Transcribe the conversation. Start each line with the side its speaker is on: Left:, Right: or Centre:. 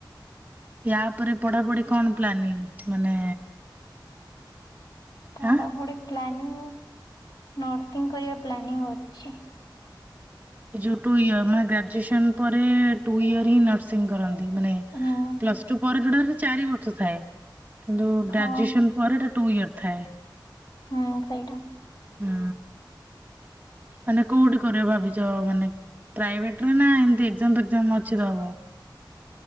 Right: ୟା ପରେ ପଢ଼ାପଢ଼ି କଣ ପ୍ଲାନିଂ ମାନେ?
Left: ପଢ଼ାପଢ଼ି
Right: ଆଁ
Left: ପ୍ଲାନିଂ ନର୍ସିଂ କରିବା ପ୍ଲାନିଂ ଅଛି,
Right: ଏ ଯୋଉ ଟୁ ଇୟରାନ ଗ୍ରାଜୁଏସନ ପରେ ଟୁ ଇୟର ହିଁ ନର୍ସିଂ କରନ୍ତି ମାନେ,
Left: ହୁଁ
Right: ପ୍ଲସ୍ ଟୁ ପରେ ଯୋଁଟା ଚାରି ବର୍ଷ ଥାଏ କିନ୍ତୁ
Left: ହଁ
Right: ଗ୍ରାଜୁଏସନ ପରେଟା ଟୁ ଇୟର ଥାଏ,
Left: ମୁଁ ଖାଇଟା,
Right: ହୁଁ ମାନେ କୋଉଠି କରିବା ଭାବି ଜ ମାନେ ପ୍ରାଇଭେଟ ରେ ନା ଏମିତି ଏକ୍ଜାମ୍ ଫକ୍ଜାମ୍ ଅଛି ତ ଦବ?